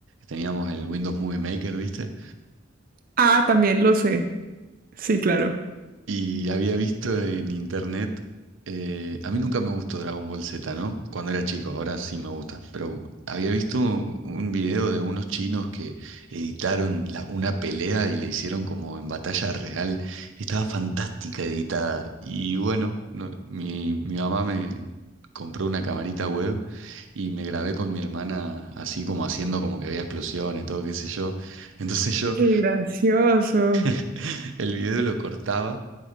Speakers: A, on the right (about 80°); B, on the right (about 45°).
A: teníamos el Windows Movie Maker, ¿viste?
B: Ah, también lo sé. Sí, claro.
A: Y había visto en internet, eh, a mí nunca me gustó Dragon Ball Z, ¿no? Cuando era chico, ahora sí me gusta, pero había visto un video de unos chinos que editaron la- una pelea y le hicieron como en batalla real, y estaba fantástica editada. Y bueno, no- mi, mi mamá me compró una camarita web y me grabé con mi hermana así como haciendo como que había explosiones, todo qué sé yo. Entonces yo
B: Qué gracioso.
A: <laughs> el video lo cortaba